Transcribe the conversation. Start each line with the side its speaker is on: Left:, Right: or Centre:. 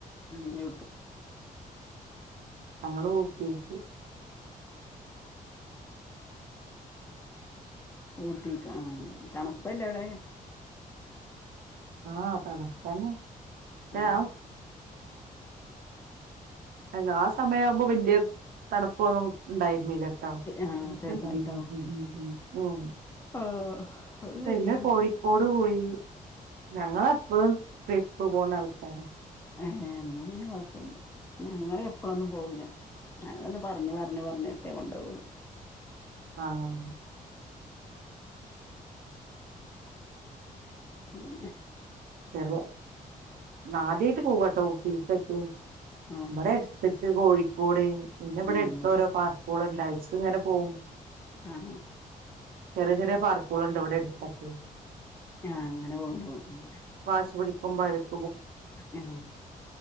Left: മ്
Right: ഞങ്ങള് ഓക്കെട്ടു
Left: ഊട്ടിക്ക്‌ ആ തണുപ്പല്ല അവിടെ
Right: ആഹ് തണുപ്പ് തന്നാ താ
Left: ആഹ്
Right: അല്ല ആ സമയ ആവുമ്പോ വല്യ തണുപ്പ് മ് ഡൈറ്റ് മില്ലെറ്റസാ മ്
Left: ആഹ് ചെറുതായിട്ടാവും
Right: മ് മ് മ്
Left: ആഹ് അത് ശരിയാണ്
Right: പിന്നെ കോഴിക്കോട് പോയിനി ഞങ്ങള് എപ്പഴും ട്രിപ്പ് പോകുന്ന ആൾക്കാരാ
Left: ഏഹ് എന്നാ പിന്നെ കൊഴപ്പില്ല ഞങ്ങള് എപ്പഴൊന്നും പോവില്ല ഞങ്ങളൊന്ന് പറഞ്ഞ്പറഞ്ഞ് പറഞ്ഞിട്ടേ കൊണ്ട് പോവൊള്ളു
Right: ആഹ്
Left: പിന്നെ
Right: ചെറുതോ ഇന്നാദ്യായിട്ട് പോവാട്ടോ ഊട്ടിക്ക്
Left: ആഹ്
Right: ഇവിടെ എസ്തെറ്റ് കോഴിക്കോട് പിന്നെ ഇവിടെ
Left: ഉം
Right: അടുത്ത് ഓരോ പാർക്കുകള് ഡാൻസ് ഇങ്ങനെ പോവും
Left: ആഹ്
Right: ചെറിയ ചെറിയ പാർക്കുകളുണ്ട് ഇവിടെ അ ടുത്തൊക്കെ
Left: ആഹ് അങ്ങനെ പോവുണ്ടാവും മ്
Right: <unintelligible>
Left: ആഹ്